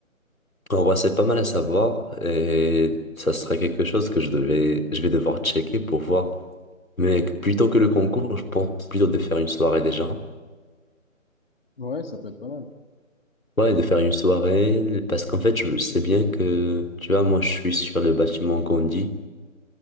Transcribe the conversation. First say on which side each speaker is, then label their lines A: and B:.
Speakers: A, on the left; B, on the left.
A: En vrai, c'est pas mal à savoir et ça serait quelque chose que je devais, je vais devoir checker pour voir. Mais plutôt que le concours, je pense plutôt de faire une soirée déjà.
B: Ouais, ça peut être pas mal.
A: Ouais, de faire une soirée, parce qu'en fait, je sais bien que, tu vois, moi, je suis sur le bâtiment Gandhi,